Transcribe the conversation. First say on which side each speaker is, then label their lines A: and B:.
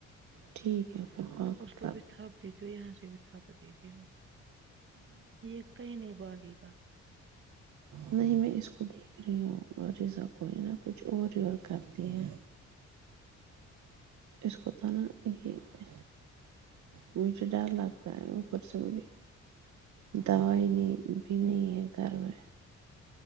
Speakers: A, on the right; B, on the right.
A: ٹھیک ہے پھر باقی
B: اس کو
A: کر
B: بھی تھاپ دیتی ہو یہاں سے بھی تھاپ دیتے ہو یہ کہیں نہیں بھاگے گا
A: نہیں میں اس کو دی فری ہوں باریزہ کوئی نہا کچھ اور گرم کرتی ہے اس کو تھانہ نہیں ہے مجھے ڈر لگتا ہے اوپر سے وہی دوائی نہیں بھی نہیں ہے گھر میں